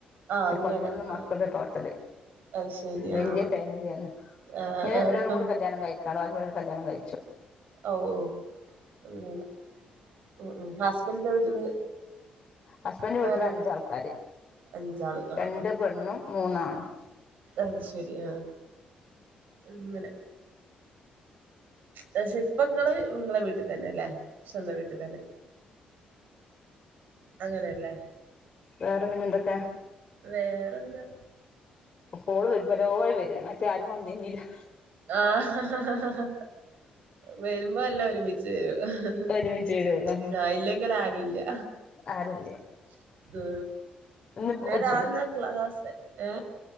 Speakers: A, on the right; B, on the left.
A: ആഹ് അങ്ങനെ
B: പതിനൊന്ന് മക്കള്
A: ആഹ്
B: ടോട്ടല്.
A: അത് ശരി
B: വലിയ
A: ആഹ്
B: ഫാമിലിയാണ്.
A: ആഹ്
B: ഞ്ഞ് ഒരാളും കൂടി
A: ആഹ്
B: കല്യാണം കഴിക്കാണ്ട് ബാക്കി ഉള്ളോര് കല്യാണം കഴിച്ചു.
A: ഓ ഓ അങ്ങനെ ഉം ഉം ഹസ്ബൻഡിന്റെ വീട്ടില്
B: ഹസ്ബൻഡ് വീട്ടില്
A: ആരാ
B: അഞ്ചാൾക്കാര്,
A: അഞ്ചാള് ആഹ്
B: രണ്ട് പെണ്ണും മൂന്ന് ആണും.
A: അത് ശരി ആഹ് അങ്ങനെ പക്ഷേ ഇപ്പങ്ങള് നിങ്ങളെ വീട്ടിൽ തന്നെ അല്ലേ സ്വന്തം വീട്ടിൽ തന്നെ. അങ്ങനെല്ലേ.
B: വേറെ പിന്നെ എന്തൊക്കെ?
A: വേറെന്താ?
B: ഓള് വരുമ്പോലോലെ വരാണ് മറ്റത് ആരും വന്നില്ലങ്കിലോ.
A: ആ ഹ ഹ ഹ വരുമ്പോ എല്ലും ഒരുമിച്ച്. ച്ച് വരും
B: ഒരുമിച്ച് വരുള്ളൂ
A: ഞാ ഇല്ലെങ്കിൽ ആരുല്ല്യ.
B: ആരുല്ല
A: അ
B: ഇന്ന്
A: ഞാൻ
B: ഉച്ച
A: രാവിലെ ആ ക്ലാസ് ഏ